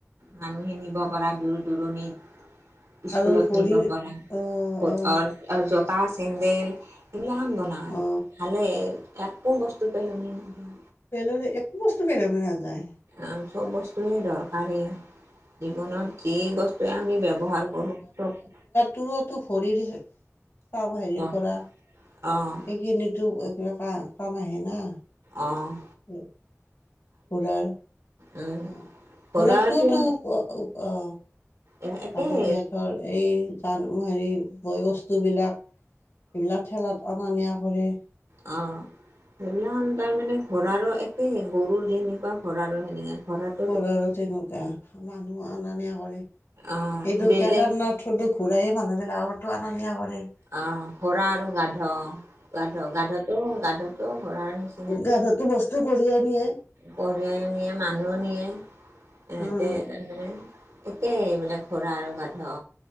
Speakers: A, on the right; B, on the left.
A: মানুহখিনি নি পৰা দূৰ দূৰণিত স্কুলত
B: আৰু ভৰিৰ
A: নিব পৰা
B: অ
A: বতৰ
B: অ
A: <unintelligible> জোতা চেন্দেল এইবিলাহান বনাই
B: অ
A: ভালে। একো বস্তু পেলনি নাই।
B: পেলনি একো বস্তু পেলনি নাযায়।
A: আম চব বস্তুৱে দৰকাৰী। জীৱনত
B: অ
A: এই বস্তুৱে আমি ব্যৱহাৰ কৰো চব
B: তোৰো ভৰি দিছে চাম হেৰিৰ
A: অঁ
B: পৰা
A: অঁ
B: সেইখিনিতো কিবা ক কাম আহে না।
A: অ'।
B: উম। খুুৰাৰ অ',
A: উম, ঘোঁৰাটো
B: খুৰাটোওতো আহ
A: এ একেই
B: আগতিয়া ধৰ এই জান হেৰি বয় বস্তুবিলাক এইবিলাক খেলাত অনা নিয়া কৰে।
A: অ'। সেইবিলাখান তাৰমানে ঘোঁৰৰ আৰু একে গৰুৰ যেনেকুৱা ঘোঁৰৰো সেনেক ঘৰত
B: ঘোঁৰাৰো তেনেকুৱা মানুহ অনা নিয়া কৰে
A: অ',
B: এইটো
A: বেলেগ
B: কেদাৰনাথ থটো ঘূৰাইে মানুহবিলাকতো অনা নিয়া কৰে
A: অ', ঘোঁৰা আৰু গাধ, গাধ গাধতটো, গাধতটো ঘোঁৰাৰ নিচিনা
B: গাধতো বস্তু কঢ়িয়াই নিয়ে।
A: কঢ়িয়াই নিয়া মানুহও নিয়ে সহতে
B: অ'
A: তাৰমানানে একেই মানে ঘোঁৰা আৰু গাধ।